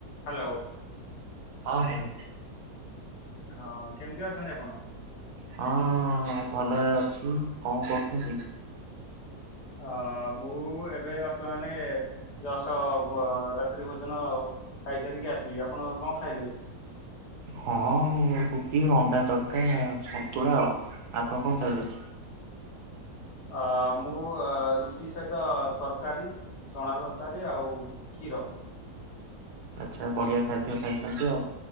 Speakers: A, on the left; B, on the right.
A: Hello
B: ହଁ ହୋଉ।
A: ହଁ କେମିତି ଅଛନ୍ତି ଆପଣ?
B: ହଁ ଭଲରେ ଅଛି କଣ କରୁଛନ୍ତି।
A: ଅ ମୁଁ ଏବେ ଖାଇସାରିକି ଆସିଲି ଆପଣ କଣ ଖାଇଲେ?
B: ହଁ ରୁଟି ଅଣ୍ଡାତଡକା ସନ୍ତୁଳା ଆଉ ଆପଣ କଣ ଖାଇଲେ?
A: ଅ ମୁଁ ରୁଟି ସହିତ ତରକାରୀ। ଚଣା ତରକାରୀ ଆଉ କ୍ଷୀର।
B: ଆଚ୍ଛା ବଢିଆ ଖାଦ୍ୟ ଖାଇସାରିଛ।